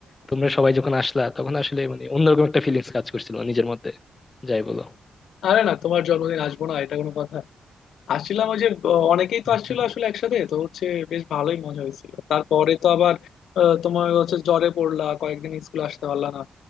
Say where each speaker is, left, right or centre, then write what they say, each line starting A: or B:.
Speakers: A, on the left (about 35°); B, on the left (about 80°).
A: তোমরা সবাই যখন আসলা তখন আসলে মানে অন্যরকম একটা ফিলিংস কাজ করছিল নিজের মধ্যে যাই বলো
B: আরে না তোমার জন্মদিন আসবো না এটা কোনো কথা আসছিলাম ওই যে ব- অনেকেই
A: হুম
B: তো আসছিল আসলে একসাথে তো হচ্ছে বেশ ভালোই মজা হয়েছিল তারপরে তো আবার আহ, তোমার হচ্ছে জ্বরে পড়লা কয়েকদিন স্কুল আসতে পারলা না